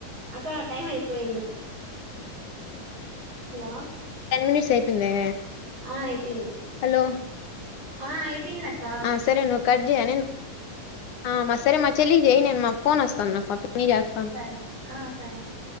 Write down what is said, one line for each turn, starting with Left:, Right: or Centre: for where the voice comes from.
Right: అక్క టైమ్ అయిపోయింది హలో
Left: టెన్ మినట్స్ అయిపోయిందే
Right: ఆ అయిపోయింది
Left: హలో
Right: ఆ అయిపోయింది అక్క
Left: ఆ సరే నువ్వు కట్ జేయ నేను ఆ మా సరే మా చెల్లికి జేయ్ నేను మాకు ఫోన్ వస్తాంది నాకు పిన్ని చేస్తాంది
Right: సరే ఆ సరే అక్క